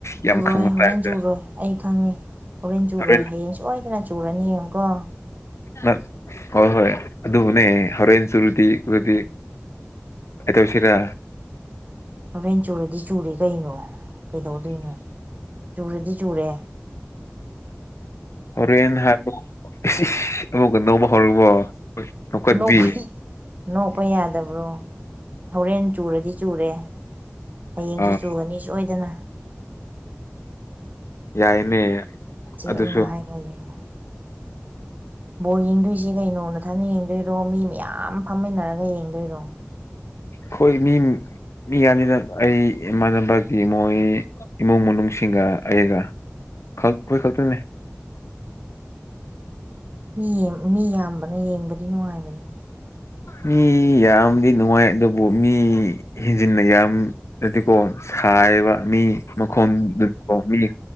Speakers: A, on the right; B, on the left.
A: ꯆꯨꯔꯣꯏ
B: ꯌꯥꯝ ꯈꯪꯕ
A: ꯍꯧꯔꯦꯟ
B: ꯇꯥꯏꯞꯇ
A: ꯆꯨꯔꯣꯏ ꯑꯩ ꯈꯪꯉꯤ ꯍꯧꯔꯦꯟ ꯆꯨꯔꯣꯏ
B: ꯍꯣꯔꯦꯟ
A: ꯍꯌꯦꯡ ꯁꯣꯏꯗꯅ ꯆꯨꯔꯅꯤ ꯌꯦꯡꯉꯨꯀꯣ
B: ꯅ ꯍꯣꯏ ꯍꯣꯏ ꯑꯗꯨꯕꯨꯅꯦ ꯍꯣꯔꯦꯟ ꯆꯨꯔꯨꯗꯤ ꯗꯤ ꯀꯩꯗꯧꯁꯤꯔ
A: ꯍꯧꯔꯦꯟ ꯆꯨꯔꯗꯤ ꯆꯨꯔꯤ ꯀꯩꯅꯣ ꯀꯩꯗꯧꯗꯣꯏꯅꯣ ꯆꯨꯔꯗꯤ ꯆꯨꯔꯦ
B: ꯍꯣꯔꯦꯟ ꯍꯥ ꯏꯁ ꯏꯁ ꯑꯃꯨꯛꯀ ꯅꯣꯡꯄ ꯍꯧꯔꯕꯣ ꯅꯧꯀꯠꯕꯤ
A: ꯅꯣꯛꯄꯩ ꯅꯣꯡꯄ ꯌꯥꯗ ꯕ꯭ꯔꯣ ꯍꯧꯔꯦꯟ ꯆꯨꯔꯗꯤ ꯆꯨꯔꯦ ꯍꯌꯦꯡꯁꯨ
B: ꯑꯥ
A: ꯆꯨꯒꯅꯤ ꯁꯣꯏꯗꯅ
B: ꯌꯥꯏꯅꯦ
A: ꯅꯆꯦ
B: ꯑꯗꯨꯁꯨ
A: ꯑꯩꯅ ꯍꯥꯏꯕ ꯌꯦꯡꯉꯣ ꯕꯣꯜ ꯌꯦꯡꯗꯣꯏꯖꯦ ꯀꯩꯅꯣ ꯅ ꯃꯊꯟ ꯌꯦꯡꯗꯣꯏꯔꯣ ꯃꯤ ꯃꯌꯥꯝ ꯐꯝꯃꯤꯟꯅꯔꯒ ꯌꯦꯡꯗꯣꯏꯔꯣ
B: ꯈꯣꯏ ꯃꯤꯡ ꯃꯤ ꯌꯥꯝꯅꯤꯅ ꯑꯩ ꯏꯃꯥꯟꯅꯕꯀꯤ ꯃꯣꯏ ꯏꯃꯨꯡ ꯃꯅꯨꯡꯁꯤꯡꯒ ꯑꯩꯒ ꯈꯪ ꯑꯩꯈꯣꯏ ꯈꯛꯇꯅꯦ
A: ꯃꯤ ꯌꯦꯝ ꯃꯤ ꯌꯥꯝꯕꯅ ꯌꯦꯡꯕꯗꯤ ꯅꯨꯡꯉꯥꯏꯕꯅꯤ
B: ꯃꯤ ꯌꯥꯝꯗꯤ ꯅꯨꯡꯉꯥꯏ ꯑꯗꯨꯕꯨ ꯃꯤ ꯍꯦꯟꯖꯤꯟꯅ ꯌꯥꯝ ꯗꯗꯤꯀꯣ ꯁꯥꯏꯌꯦꯕ ꯃꯤ ꯃꯈꯣꯟꯗꯨꯀꯣ ꯃꯤ